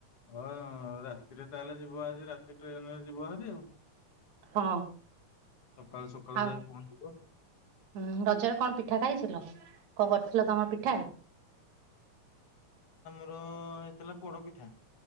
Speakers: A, on the left; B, on the right.
A: ହଁ ରାତିରେ ତାହେଲେ ଯିବ ଆଜି ରାତି ଟ୍ରେନରେ ଯିବ ଭରି ଆଉ।
B: ହଁ
A: ସକାଳୁ ସକାଳୁ
B: ଆଉ
A: ଯାଇ ପହଞ୍ଚିବ
B: ରଜରେ କଣ ପିଠା ଖାଇଥିଲ? କଣ କରିଥିଲ ତମର ପିଠା?
A: ଉ ହେଇଥିଲା ପୋଡ ପିଠା।